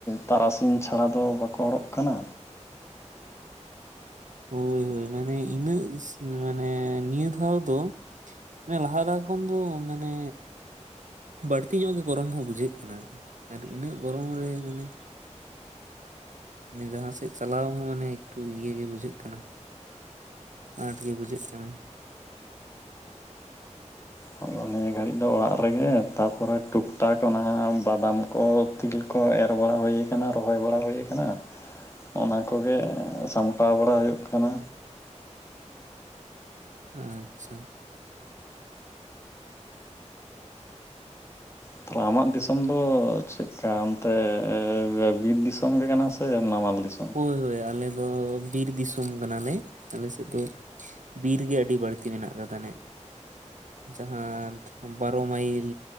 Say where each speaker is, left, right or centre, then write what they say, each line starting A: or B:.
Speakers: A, on the left (about 20°); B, on the right (about 85°).
A: ᱛᱟᱨᱟᱥᱤᱧ ᱪᱷᱟᱲᱟ ᱫᱚ ᱵᱟᱠᱚ ᱦᱚᱲᱚᱜ ᱠᱟᱱᱟ।
B: ᱦᱳᱭ ᱦᱳᱭ ᱢᱟᱱᱮ ᱤᱱᱟᱹᱜ ᱢᱟᱱᱮ ᱱᱤᱭᱟᱹ ᱫᱷᱟᱣ ᱫᱚ ᱢᱟᱱᱮ ᱞᱟᱦᱟ ᱫᱷᱟᱣ ᱠᱷᱚᱱ ᱫᱚ ᱢᱟᱱᱮ ᱵᱟᱹᱲᱛᱤ ᱧᱚᱜ ᱜᱮ ᱜᱚᱨᱚᱢ ᱦᱚᱸ ᱵᱩᱡᱷᱟᱹᱜ ᱠᱟᱱᱟ ᱟᱨ ᱤᱱᱟᱹᱜ ᱜᱚᱨᱚᱢ ᱨᱮ ᱢᱟᱱᱮ ᱡᱟᱦᱟᱸ ᱥᱮᱫ ᱪᱟᱞᱟᱣ ᱦᱚᱸ ᱢᱟᱱᱮ ᱮᱠᱴᱩ ᱤᱭᱟᱹ ᱜᱮ ᱵᱩᱡᱷᱟᱹᱜ ᱠᱟᱱᱟ। ᱟᱸᱴ ᱜᱮ ᱵᱩᱡᱷᱟᱹᱜ ᱠᱟᱱᱟ।
A: ᱦᱚᱸ ᱚᱱᱮ ᱜᱷᱟᱹᱲᱤᱡ ᱫᱚ ᱚᱲᱟᱜ ᱨᱮᱜᱮ ᱛᱟᱯᱚᱨᱮ ᱴᱩᱠᱴᱟᱠ ᱚᱱᱟ ᱵᱟᱫᱟᱢ ᱠᱚ ᱛᱤᱞ ᱠᱚ ᱮᱨ ᱵᱟᱲᱟ ᱦᱩᱭ ᱟᱠᱟᱱᱟ ᱨᱚᱦᱚᱭ ᱵᱟᱲᱟ ᱦᱩᱭ ᱟᱠᱟᱱᱟ। ᱚᱱᱟ ᱠᱚᱜᱮ ᱥᱟᱢᱴᱟᱣ ᱵᱟᱲᱟ ᱦᱩᱭᱩᱜ ᱠᱟᱱᱟ।
B: ᱟᱪᱪᱷᱟ
A: ᱛᱟᱦᱚᱞᱮ ᱟᱢᱟᱜ ᱫᱤᱥᱚᱢ ᱫᱚ ᱪᱮᱫᱠᱟ ᱚᱱᱛᱮ ᱵᱤᱨ ᱫᱤᱥᱚᱢ ᱜᱮ ᱠᱟᱱᱟ ᱥᱮ ᱱᱟᱢᱟᱞ ᱫᱤᱥᱚᱢ
B: ᱦᱳᱭ ᱦᱳᱭ ᱟᱞᱮ ᱫᱚ ᱵᱤᱨ ᱫᱤᱥᱚᱢ ᱠᱟᱱᱟᱞᱮ ᱟᱞᱮ ᱥᱮᱫ ᱫᱚ ᱵᱤᱨ ᱜᱮ ᱟᱹᱰᱤ ᱵᱟᱹᱲᱛᱤ ᱢᱮᱱᱟᱜ ᱠᱟᱫᱟ। ᱡᱟᱦᱟᱸ ᱵᱟᱨᱚ ᱢᱟᱭᱤᱞ